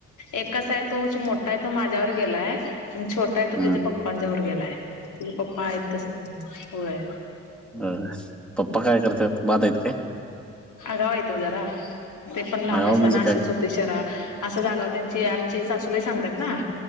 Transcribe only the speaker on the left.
एकस आहे तोच मोठा आहे तो माझ्यावर गेलाय. आणि छोटा आहे तो त्याच्या्या
पप्पांच्या वर गेलाय तेझे पप्पा आहेत तस, होय.
अगाव आहेत ओ जरा ते पण लहान
असताना
असेच हो ते शरा असा जागा त्यांची आमची सासूबाई सांगतात ना,